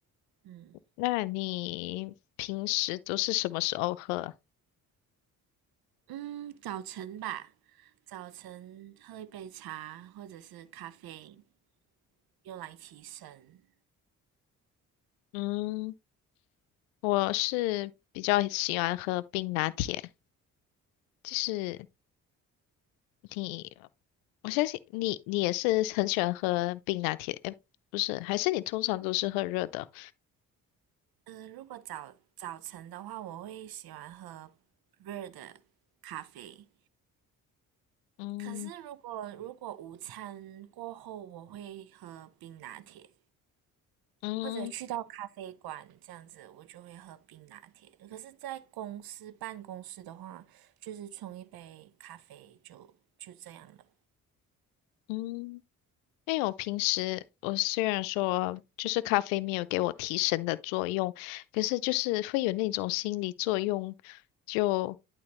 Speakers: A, on the right; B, on the left.
A: 嗯。
B: 那你平时都是什么时候喝啊
A: 嗯，早晨吧，早晨喝一杯茶或者是咖啡，用来提神。
B: 嗯，我是比较喜欢喝冰拿铁，就是你，我相信你，你也是很喜欢喝冰拿铁，诶，不是，还是你通常都是喝热的？
A: 呃，如果早早晨的话，我会喜欢喝热的咖啡。
B: 嗯
A: 可是如果如果午餐过后，我会喝冰拿铁，
B: 嗯
A: 或者去到咖啡馆这样子，我就会喝冰拿铁。可是，在公司办公室的话，就是冲一杯咖啡就就这样了。
B: 嗯。因为我平时我虽然说就是咖啡没有给我提神的作用，可是就是会有那种心理作用，就